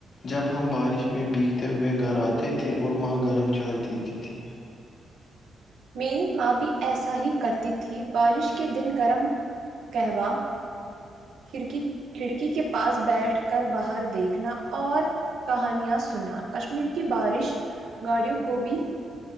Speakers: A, on the left (about 50°); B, on the right (about 75°).
A: جب ہم بارش میں بیگتے ہوئے گھر آتے تھے اور ماں گرم چائے دیتی تھی
B: میری ماں بھی ایسا ہی کرتی تھی بارش کے دن گرم قہوہ کھڑکی کھڑکی کے پاس بیٹھ کر باہر دیکھنا اور کہانیاں سننا کشمیر کی بارش گاڑیوں کو بھی